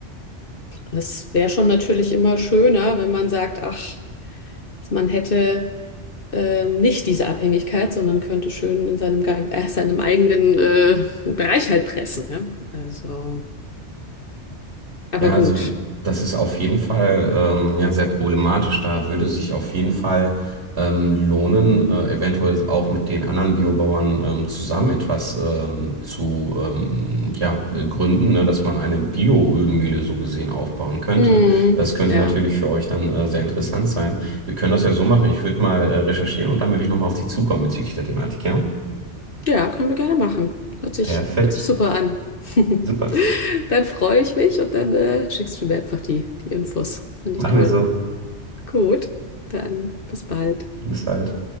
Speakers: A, on the left (about 50°); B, on the right (about 65°).
A: das wäre schon natürlich immer schöner, wenn man sagt, ach, man hätte ähm, nicht diese Abhängigkeit, sondern könnte schön in seinem, ge- äh, seinem eigenen äh, Bereich halt pressen, ja. Also, aber
B: Ja,
A: gut.
B: also das ist auf jeden Fall ähm, ja, sehr problematisch. Da würde sich auf jeden Fall ähm, lohnen, äh, eventuell auch mit den anderen Biobauern ähm, zusammen etwas ähm, zu ähm, ja, gründen, ne, dass man eine Bioölmühle so gesehen aufbauen könnte.
A: Hm,
B: Das könnte
A: ja.
B: natürlich für euch dann äh, sehr interessant sein. Wir können das ja so machen. Ich würde mal äh, recherchieren und dann würde ich nochmal auf dich zukommen bezüglich der Thematik, ja?
A: Ja, können wir gerne machen. Hört sich,
B: Perfekt.
A: hört sich super an. <laughs>
B: Super.
A: Dann freue ich mich und dann äh, schickst du mir einfach die, die Infos. Finde
B: Machen
A: ich toll.
B: wir so.
A: Gut, dann bis bald.
B: Bis halt.